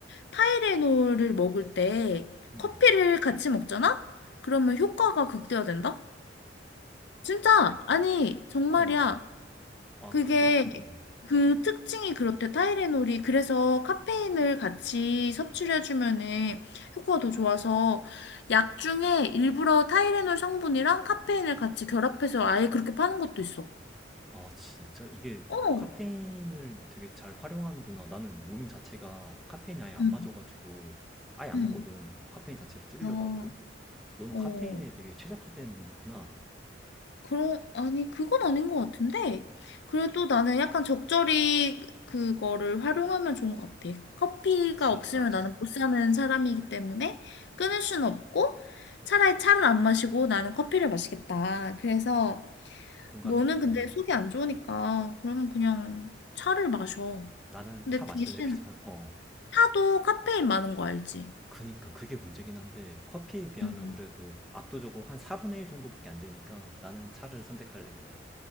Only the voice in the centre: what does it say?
음. 음.
어. 아,
그래? 어, 어.
아, 진짜 이게
카페인을 되게 잘 활용하는구나. 나는 몸 자체가 카페인이 아예 안
맞아가지고 아예 안
먹거든. 카페인 자체를 줄이려고
하거든. 너는
카페인에 되게 최적화된 몸이구나.
그치,
맞아.
공감해.
어.
나는
차 마실래,
그냥. 어.
그니까 그게 문제긴 한데 커피에 비하면
그래도 압도적으로 한 4분의 1 정도밖에 안 되니까 나는 차를 선택할래, 그냥.